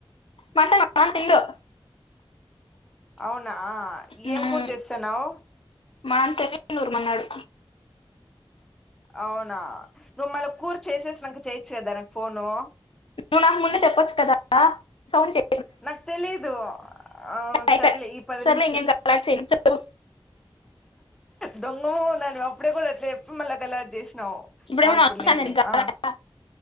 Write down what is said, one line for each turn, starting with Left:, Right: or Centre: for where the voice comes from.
Left: మటన్ మామ తిండు
Centre: అవును ఆ
Left: ఉమ్,
Centre: ఏం కూర చేస్తాన్నావు
Left: మా నాన్న చెప్పి నూరుమన్నాడు
Centre: అవునా నువ్వు మళ్ళ కూర్ చేసేసినంక చేయచ్చు కదా నాకు ఫోను
Left: నువ్వు నాకు ముందే చెప్పొచ్చు కదా సౌండ్ చేయి
Centre: నాకు తెలిదు ఆ
Left: అయిపోయా
Centre: సర్లే ఈ పది
Left: సర్లే
Centre: నిమిష
Left: ఇంకేం గలాట్ చేయను చెప్పు
Centre: దొంగ మొఖం దానివి అప్పుడే కూడా అట్లే చెప్పి మళ్ళా గలాటా చేసి నవ్
Left: ఇప్పుడేమో
Centre: ఆ
Left: నా
Centre: ఇప్పుడు
Left: అవసరం
Centre: లేదులే
Left: లేదు గలాటా?
Centre: ఆ